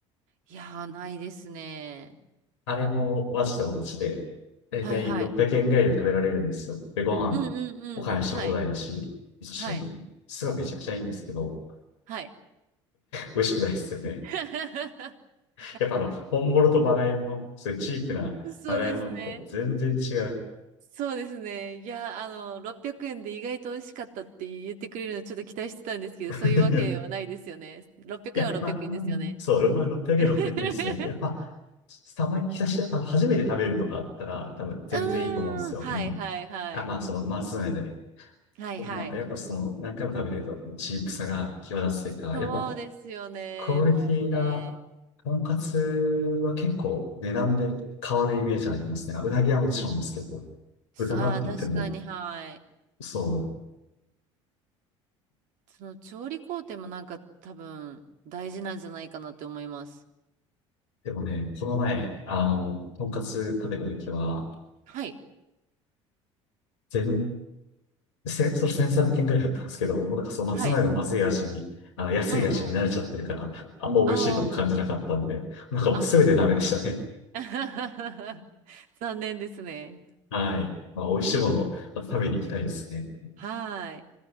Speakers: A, on the right; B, on the left.
A: いやー、ないですね。
B: あれもマジで同じで、だいたい600円ぐらいで食べられるんですよ。
A: はいはい。
B: で、ご飯、
A: うんうんうん。
B: おかわりして放題だし、
A: はい。
B: 味噌汁もね、
A: はい。
B: すごいめちゃくちゃいいんですけど、
A: はい。
B: 美味しくないですよね。
A: <laughs>
B: やっぱあの、本物とまがいもの、そういうチープなまがいものと全然違う。
A: そうですね。そうですね。いや、あの、600円で意外と美味しかったって言ってくれるのちょっと期待してたんですけど、
B: <laughs>
A: そういうわけはないですよね。600円は600円ですよね。
B: いや、まあ、まあそう、まあ、600円、
A: <laughs>
B: 600円ですね。やっぱ、たまに久しぶりだったら初めて食べるとかあったら、多分全然いいと思うんですよ。
A: うーん。はいはいはい。
B: うん。あ、まあ、その、まあ、そうね。
A: はいはい。
B: まあ、やっぱその、何回も食べてると、チープさが際立つというか、
A: そうですよね。
B: やっぱ、クオリティが、
A: もうね。
B: とんかつは結構値段で変わるイメージありますね。うなぎはもちろんですけど、
A: さあ、
B: 豚だって言っても、
A: 確かに、はい。
B: そう。
A: その調理工程もなんか多分大事なんじゃないかなって思います。
B: でもね、この前、あの、とんかつ食べた時は、
A: はい。
B: 全、せ、そう、1 3 0円ぐらいだったんですけど、もうなんかそう、松前のまずい味に、
A: はい。
B: あの、安い味に慣れちゃってるから、
A: うんうん。
B: あんま美味しいとも感じなかったんで、
A: あ
B: なんかもう全てダメでしたね。
A: あ。あ。<laughs> 残念ですね。
B: はい。まあ、美味しいものをまた食べに行きたいですね。
A: はい。